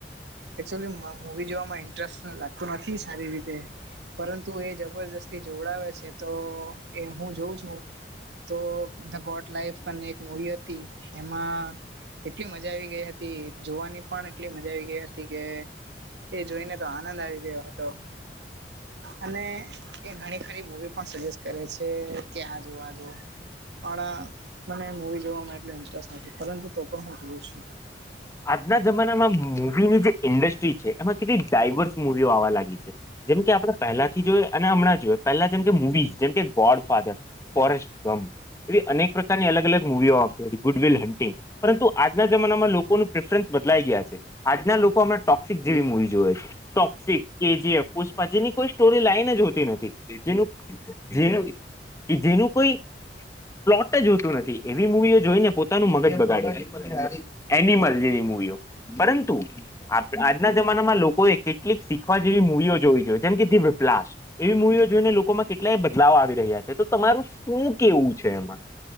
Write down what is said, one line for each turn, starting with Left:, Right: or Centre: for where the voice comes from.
Right: એકચ્યુલી મુવી જોવામાં ઇન્ટરેસ્ટ લાગતો નથી સારી રીતે પરંતુ એ જબરજસ્તી જોવડાવે છે તો એ હું જોઉં છું તો ધ ગોટ લાઈફ પણ એક મુવી હતી એમાં એટલી મજા આવી ગઈ હતી જોવાની પણ એટલી મજા આવી ગઈ હતી કે એ જોઈને તો આનંદ આવી ગયો હતો. અને એ ઘણી ખરી મુવી પણ સજેસ્ટ કરે છે કે આ જો આ જો પણ મને મવી જોવામાં એટલો ઇન્ટરેસ્ટ નથી પરંતુ તો પણ હું જોઉ છું.
Left: આજના જમાનામાં મુૂવીની જે ઇન્ડસ્ટ્રી છે એમાં કેટલીક ડાયવર્સ મુવીઓ આવા લાગી છે. જેમકે આપણે પહેલાથી જોઈએ અને હમણાં જોઈએ પહેલા જેમ કે મવીઝ જેમકે ગોડ ફાધર ફોરેસ્ટ કમ- - એવી અનેક પ્રકારની અલગ-અલગ મુવીઓ આવતી હતી. ગુડવિલ હન્ટિંગ પરંતુ આજના જમાનામાં લોકો- - લોકોનું પ્રેફરન્સ બદલાઈ ગયા છે. આજના લોકો અમણા ટોક્સિક જેવી મૂવી જોવે છે. ટોક્સિક, કેજીએફ, પુષ્પા જેની કોઈ સ્ટોરી લાઈન જ હોતી નથી જેનું- - જેનું કે જેનું કોઈ -- પ્લોટ જોતું નથી એવી મુૂવીઓ જોઈને પોતાનું મગજ બગાડે- - એનિમલ જેની મૂવીઓ પરંતુ- - આજના જમાનામાં લોકોએ કેટલીક શીખવા જેવી મુૂવીઓ જોવી જોઈએ જેમ કે ધી વિપ્લાશ- - એવી મુૂવીઓ જોઈને લોકોમાં કેટલાય બદલાવ આવી રહ્યા છે તો તમારું શું કેવું છે એમાં?